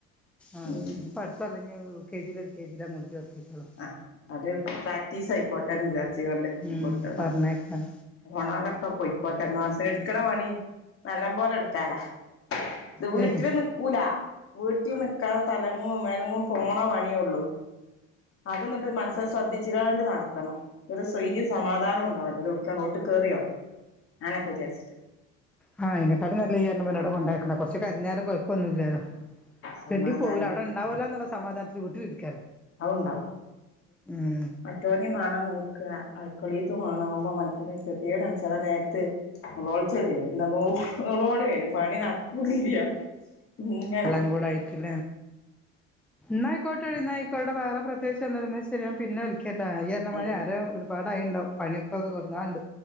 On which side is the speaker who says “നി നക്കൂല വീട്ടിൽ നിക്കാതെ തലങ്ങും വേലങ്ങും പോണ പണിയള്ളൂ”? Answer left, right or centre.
Left